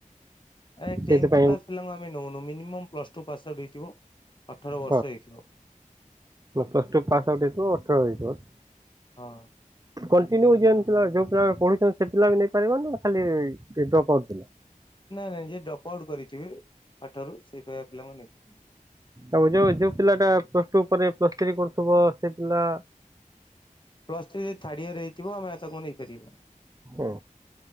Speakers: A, on the left; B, on the right.
A: ଆମେ
B: ସେଇଥିପାଇଁ
A: ଟେନ୍ଥ୍ ପ୍ଲସ୍ ପିଲାଙ୍କୁ ଆମେ ନଉନୁ minimum plus two pass out ହେଇଥିବ, ଅଠର ବର୍ଷ
B: ହଁ
A: ହେଇଥିବ।
B: ପ୍ଲସ୍ ଟୁ ପାସ୍ ଆଉଟ୍ ହେଇଥିବ ଅଠର ହେଇଥିବ।
A: ହଁ।
B: କଣ୍ଟିନ୍ୟୁ ଯେମିତିଆ ଯୋଉ ପିଲା ପଢୁଛନ୍ତି ସେ ପିଲା ବି ନେଇ ପାରିବ ନା ଖାଲି ଯିଏ ଡ୍ରପ୍ ଆଉଟ୍ ପିଲା?
A: ନାଇଁ-ନାଇଁ ଯିଏ ଡ୍ରପ୍ ଆଉଟ୍ କରିଥିବେ ପାଠରୁ ସେଇ ପରିକା ପିଲାଙ୍କୁ ନେଇ ପାରିବୁ।
B: ଆଉ ଯୋଉ ଯୋଉ ପିଲାଟା ପ୍ଲସ ଟୁ ପରେ ପ୍ଲସ ଥ୍ରୀ କରୁଥିବ ସେ ପିଲା
A: ପ୍ଲସ୍ ଥ୍ରୀ ଯଦି ଥାର୍ଡ଼ ଇୟର ହେଇଥିବ ଆମେ ଆଉ ତାକୁ ନେଇପାରିବୁ।
B: ଓ